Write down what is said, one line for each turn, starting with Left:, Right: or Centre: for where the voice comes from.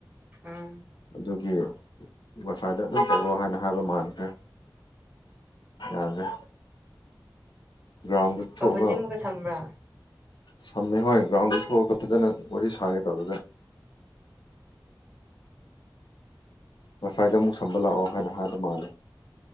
Right: ꯎꯝ
Left: ꯑꯗꯨꯒꯤ ꯋꯥꯏꯐꯥꯏꯗ ꯑꯗꯨꯝ ꯇꯧꯔꯣ ꯍꯥꯏꯅ ꯍꯥꯏꯕ ꯃꯥꯟꯈ꯭ꯔꯦ ꯌꯥꯗ꯭ꯔꯦ ꯭ꯒ꯭ꯔꯥꯎꯟꯗ ꯊꯣꯛꯒ
Right: ꯑ ꯍꯧꯖꯤꯛ ꯑꯃꯨꯛꯀ ꯁꯝꯕ꯭ꯔꯥ
Left: ꯁꯝꯃꯦ ꯍꯣꯏ ꯒ꯭ꯔꯥꯎꯟꯗ ꯊꯣꯛꯑꯒ ꯐꯖꯅ ꯋꯥꯔꯤ ꯁꯥꯒꯦ ꯇꯧꯔꯥꯒ ꯋꯥꯏꯐꯥꯏꯗ ꯑꯃꯨꯛ ꯁꯝꯕ ꯂꯥꯛꯑꯣ ꯍꯥꯏꯅ ꯍꯥꯏꯕ ꯃꯥꯜꯂꯦ